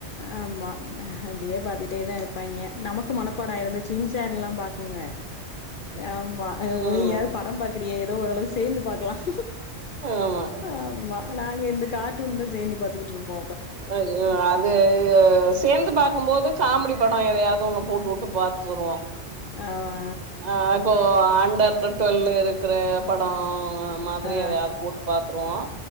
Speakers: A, on the left; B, on the right.
A: ஆமா அப்படியே பாத்துட்டே தான் இருப்பாங்க நமக்கு மனப்பாடம் ஆயிருது இந்த சின்சான் எல்லாம் பாக்குங்க ஆமா நீயாவுது
B: ம்
A: படம் பாக்குறியே ஏதோ ஓரளவு சேர்ந்து பாக்கலாம்
B: ஆமா
A: ஆமா நாங்க கார்டூன் தான் சேர்ந்து பாத்துக்கிட்டு இருப்போ
B: ஐயோ அது சேர்ந்து பாத் பகும் போது காமெடி படம் எதையாவது ஒண்ணு போட்டு உட்டு பாத்துருவோம்
A: ஆமா
B: ஆஹ் இப்போ அண்டர் த டுவெல் இருக்கிற படம் மாதிரி
A: ஆ
B: அதையாவது போட்டு பாத்துருவோம்